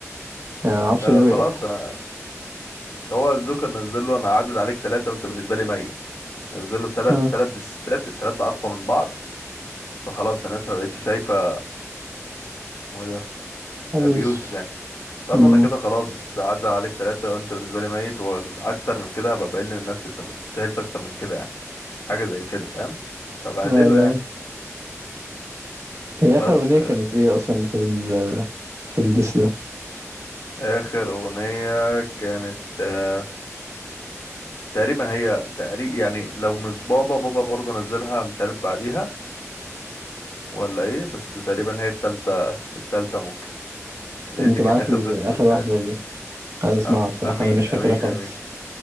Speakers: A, on the right (about 65°); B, on the left (about 70°).
A: يعني معرفش
B: آه
A: ليه
B: خلاص
A: وقف
B: آه هو الجوكر نزل له انا عدد عليك ثلاثة وانت بالنسبة لي ميت نزل له ثلاث
A: ها
B: ثلاث دسات الثلاثة اقوى من بعض فخلاص الناس ما بقتش شايفة اسمه إيه ده
A: ابي
B: ابي
A: يوسف
B: يوسف يعني قال
A: امم
B: له انا كده خلاص عدى عليك ثلاثة وانت بالنسبة لي ميت والاكتر من كده هبقى بقل من نفسي انت ما تستاهلش اكتر من كده يعني حاجة زي كده فاهم فبهدله
A: ايوه
B: يعني
A: ايوه هي اخر
B: بس
A: اغنية كانت ايه اصلا في ال في الديس ده
B: اخر اغنية كانت آه، تقريبا هي تقريب يعني لو مش بابا بابا برضه نزلها مش عارف بعديها ولا ايه بس تقريبا هي التالتة التالتة ممكن ان
A: طب
B: هي
A: ما
B: دي
A: تبعت
B: كان اخر
A: لي
B: ديس في
A: اخر
B: التلاتة
A: واحدة دي عايز اسمعها
B: آه،
A: بصراحة
B: امين
A: انا مش فاكرها
B: امين
A: خالص
B: امين